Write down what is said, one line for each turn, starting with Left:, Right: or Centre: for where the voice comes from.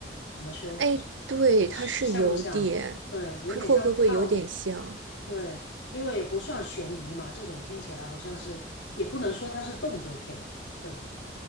Left: 怎么说？
Right: 哎，对，
Left: 一像不像？
Right: 他是有点，
Left: 对，有点像套，
Right: 会会会会有点像。
Left: 对，因为也不算悬疑嘛，这种听起来好像是，也不能说它是动作片，对吧？